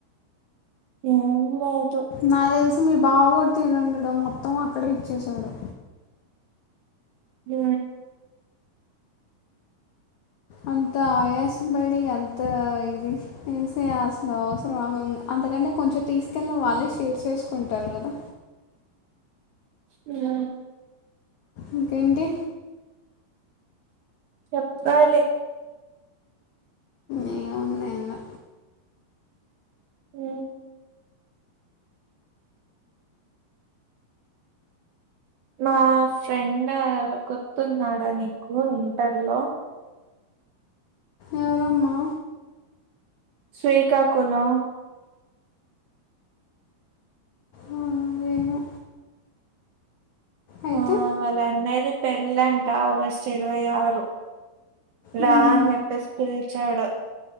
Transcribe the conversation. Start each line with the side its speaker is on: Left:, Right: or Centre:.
Right: ఏం లేదు.
Left: నాకు తెలిసి మీ బావ కూడా తినుండడు మొత్తం అక్కడే ఇచ్చసాడు.
Right: హ.
Left: అంత ఆయసబడి అంత ఇది. ఏస అసలు అవసరం అంతకంటే కొంచెం తీసుకెళ్ళిన వాళ్ళే షేర్ చేసుకుంటారు కదా.
Right: ఉ.
Left: ఇంకేంటి.
Right: చెప్పాలి.
Left: ఏముంది ఏంలే.
Right: అ. నా ఫ్రెండ్ గుర్తున్నాడా నీకు ఇంటర్లో.
Left: ఎవరమ్మా.
Right: శ్రీకాకుళం.
Left: ఆ, ఏమో అయితే.
Right: ఆ వాళ్ళ అన్నయ్యది పెళ్ళంట ఆగస్టు ఇరవై ఆరు. రా
Left: మ్హూ.
Right: అని చెప్పేసి పిలిచాడు.